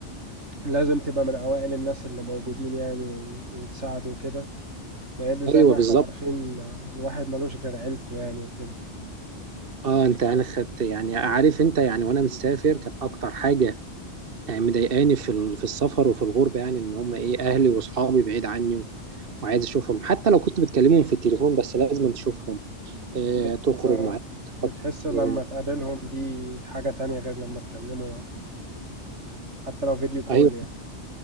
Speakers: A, on the right; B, on the right.
A: لازم تبقى من أوائل الناس اللي موجودين يعني و... وتساعده وكده لأن زي
B: ايوه
A: ما
B: بالظبط
A: احنا عارفين ما... الواحد ملوش غير عيلته يعني وكده
B: اه انت يعني خدت يعني عارف انت يعني وانا مسافر كان اكتر حاجه يعني مضايقاني في ال- في السفر وفي الغربه يعني ان هم ايه اهلي واصحابي بعيد عني وعايز اشوفهم حتى لو كنت بتكلمهم في التليفون بس لازم تشوفهم آه
A: بت...
B: تخرج
A: آه
B: معاهم تقضي
A: بتحس لما
B: يوم.
A: تقابلهم دي حاجة تانية غير لما تكلموا حتى لو فيديو كول
B: ايوه
A: يعني